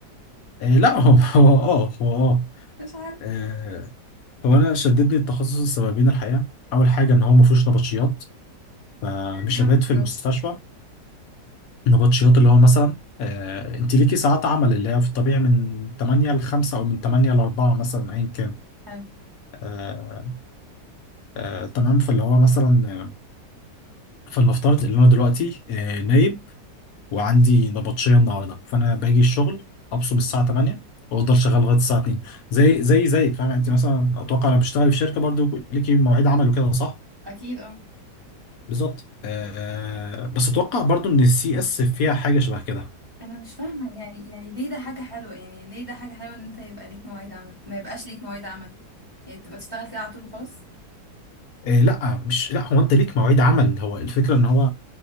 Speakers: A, on the left (about 65°); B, on the right (about 15°).
A: آه لا هو هو اه هو اه
B: مش عارف
A: آه، هو انا شددني التخصص السببين الحقيقة اول حاجة ان هو ما فيهوش نبطشيات فمش
B: يعني
A: هبات
B: أنا مش
A: في
B: جواب
A: المستشفى نبطشيات اللي هو مثلا آه، انت ليكي ساعات عمل اللي هي في الطبيعي من 8 ل 5 او من 8 ل 4 مثلا ايا كان
B: حلو
A: آه، آه، تمام فاللي هو مثلا آه، فلنفترض ان انا دلوقتي آه، نايب وعندي نبطشيه النهارده فانا باجي الشغل ابصم الساعه 8 وافضل شغال لغايه الساعه 2 زي زي زيك فاهم يعني انت مثلا اتوقع لو بتشتغلي في شركه برضو ليكي مواعيد عمل وكده صح؟
B: اكيد اه
A: بالظبط آه، آه، بس اتوقع برضو ان السي اس فيها حاجه شبه كده
B: انا مش فاهمه يعني يعني ليه ده حاجه حلوه يعني ليه ده حاجه حلوه ان انت يبقى ليك مواعيد عمل ما يبقاش ليك مواعيد عمل يعني تبقى تشتغل كده على طول وخلاص
A: آه لا مش لا هو انت ليك مواعيد عمل هو الفكره ان هو